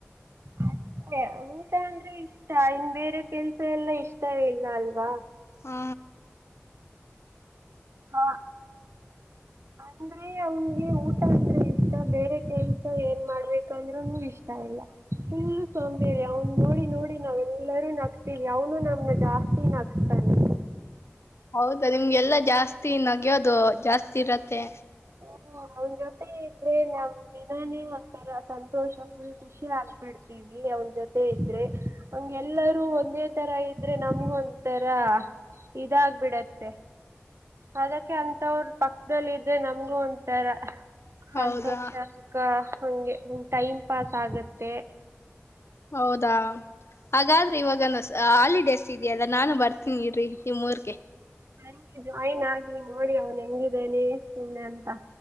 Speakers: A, on the right (about 65°); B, on the left (about 65°).
A: ಅಷ್ಟೆ ಊಟ ಅಂದ್ರೆ ಇಷ್ಟ ಇನ್ ಬೇರೆ ಕೆಲ್ಸ ಎಲ್ಲ ಇಷ್ಟ ಇಲ್ಲ ಅಲ್ವಾ
B: ಹ್ಮ
A: ಹಾ ಅಂದ್ರೆ ಅವನ್ಗೆ ಊಟ ಅಂದ್ರೆ ಇಷ್ಟ ಬೇರೆ ಕೆಲ್ಸ ಏನ್ ಮಾಡ್ಬೇಕಂದ್ರುನು ಇಷ್ಟ ಇಲ್ಲ ಫುಲ್ಲು ಸೋಂಬೇರಿ ಅವನ್ ನೋಡಿ ನೋಡಿ ನಾವೆಲ್ಲರೂ ನಗ್ತೀವಿ ಅವನು ನಮ್ನ ಜಾಸ್ತಿ ನಗ್ಸ್ತಾನೆ
B: ಹೌದಾ ನಿಮ್ಗೆಲ್ಲಾ ಜಾಸ್ತಿ ನಗ್ಯೋದು ಜಾಸ್ತಿ ಇರತ್ತೆ
A: ಹ್ಮ ಅವನ್ ಜೊತೆ ಇದ್ರೆ ನಮ್ ದಿನಾನೇ ಒಂತರ ಸಂತೋಷ ಫುಲ್ ಖುಷಿ ಆಗ್ಬಿಡ್ತೀವಿ ಅವನ್ ಜೊತೆ ಇದ್ರೆ ಹ್ಗೆಲ್ಲರೂ ಒಂದೇ ತರ ಇದ್ರೆ ನಮ್ಗ ಒಂತರ ಇದಾಗಬಿಡತ್ತೆ ಅದಕ್ಕೆ ಅಂತವ್ರ ಪಕ್ಕದಲ್ಲಿ ಇದ್ರೆ ನಮ ಹಂಗು <unintelligible> ಒಂತರ
B: ಹೌದಾ
A: ಸಂತೋಷ ಸುಖ ಹಂಗೆ ಟೈಮ್ ಪಾಸ್ ಆಗತ್ತೆ
B: ಹೌದಾ ಹಾಗಾದ್ರೆ ಇವಾಗ ಹಾಲಿಡೇಸ್ ಇದೆಯಲ್ಲ ನಾನು ಬರ್ತೀನಿ ಇರ್ರಿ ನಿಮುರ್ಗೆ
A: ನಂಗೆ <unintelligible> ಜಾಯಿನ್ ಆಗಿ ನೋಡಿ ಅವ್ನು ಹೆಂಗಿದ್ದೇನೆ ಸುಮ್ಮ್ನೆ ಅಂತ